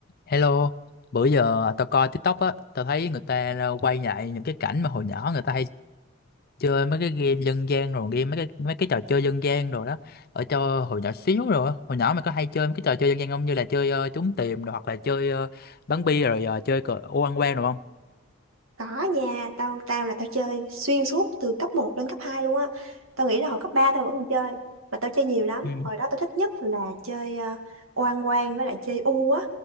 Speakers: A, on the left (about 45°); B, on the right (about 75°).
A: Hello, bữa giờ tao coi TikTok á, tao thấy người ta ra quay lại những cái cảnh mà hồi nhỏ người ta hay chơi mấy cái game dân gian rồi game mấy cái mấy cái trò chơi dân gian rồi đó. Ở cho hồi nhỏ xíu rồi, á. hồi nhỏ mày có hay chơi mấy cái trò chơi dân gian không như là chơi ờ, trốn tìm rồi hoặc là chơi ờ, bắn bi rồi ờ, chơi cờ ô ăn quan rồi không?
B: Có nha, tao tao là tao chơi xuyên suốt từ cấp một lên cấp 2 luôn á. Tao nghĩ là hồi cấp 3 tao vẫn còn chơi, mà tao chơi nhiều lắm.
A: Ừ.
B: Hồi đó tao thích nhất là chơi ờ, oan quan với lại chơi u á.